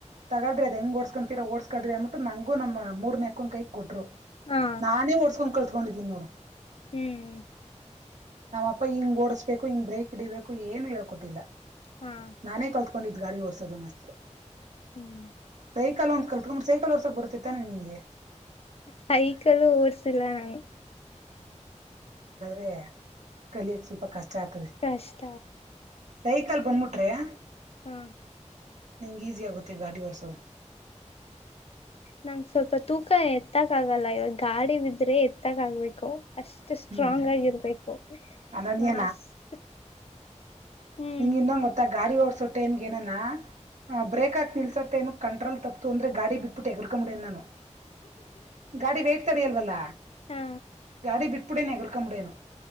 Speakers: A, on the right (about 70°); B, on the left (about 55°).
A: ತಗಳ್ರಿ ಅದದು ಹೆಂಗೆ ಓಡ್ಸ್ಕೊಂತೀರ ಓಡ್ಸ್ಕಳ್ರಿ ಅನ್ಬಿಟ್ಟು ನಂಗೂ ನಮ್ಮ ಮೂರುನೇಕ್ಕನ್ ಕೈಗೆ ಕೊಟ್ರು
B: ಹಾ
A: ನಾನೇ ಓಡ್ಸ್ಕೊಂಡ್ ಕಳ್ತ ಇಕೊಂಡಿದ್ದೀನಿ ನೋಡು
B: ಹ್ಮ್
A: ನಾವಪ್ಪ ಹಿಂಗ್ ಓಡ್ಸ್ಬೇಕು ಹಿಂಗ್ ಬ್ರೇಕ್ ಹಡಿಬೇಕು ಏನು ಹೇಳ್ಕೊಟ್ಟಿಲ್ಲ
B: ಹಾ
A: ನಾನೇ ಕಲ್ತ್ಕೊಂಡ ಇದ್ ಗಾಡಿ ಓಡಸೋದನು ಅಷ್ಟೆ
B: ಹ್ಮ್
A: ಸೈಕಲ್ ಒಂದ ಕಲ್ತ್ಕೊಂಡಿೆ ಸೈಕಲ್ ಹೊರ್ಸಕ್ ಬರ್ತ್ತೈತ್ತಾನನೆ ನಿಂಗೆ
B: ಸೈಕಲ್ಲು ಓಡ್ಸಿಲ್ಲ ನಾನು
A: ಹ್ಮ್ ಹ್ಮ ಹಾಗಾದ್ರೆ ಕಲಿಯಕ್ ಸ್ವಲ್ಪ ಕಷ್ಟ ಹಾಕ್ದೆ
B: ಕಷ್ಟ
A: ಸೈಕಲ್ ಬಂದ ಮುಟ್ಟ ಅ
B: ಹ್ಮ್
A: ನಿಂಗ್ಗೆ ಈಸಿ ಆಗುತ್ತೆ ಗಾಡಿ ರ್ಸೋದು
B: ನಂ ಸ್ವಲ್ಪ ತೂಕ ಎತ್ತಕ್ ಆಗಲ್ಲ ಇವಾಗ ಗಾಡಿ ಬಿದ್ರೆ ಎತ್ತಕ್ ಆಗ್ಬೇಕು ಅಷ್ಟು ಸ್ಟ್ರಾಂಗ್
A: ಹ್ಮ್
B: ಆಗಿರ್ಬೇಕು
A: ಅನನ್ಯ
B: ನಾನು ಅಷ್ಟ ಹ್ಮ್
A: ನಿಂಗ್ ಇನ್ನೊ ಮೊತ್ತ ಗಾಡಿ ಓಡಸೋ ಟೈಮ ಏನ ಬ್ರೇಕಕ್ ಹಕ್ ನಿಲ್ಸೋ ಟೈಮ್ ಕಂಟ್ರೋಲ್ ತತು ಅಂದ್ರ ಗಡಿ ಬಿಬಟ್ಟ ಹೆಗ ಮುಡ ನಾನು ಗಾಡಿ ವೇಟ್ ತಡ ಅಲ್ವಲ್ಲ
B: ಹಾ
A: ಗಾಡಿ ಬಿಟ್ಟು ಅಡಡಿ ನಗೆಕ್ಕಕ ಮುೇನು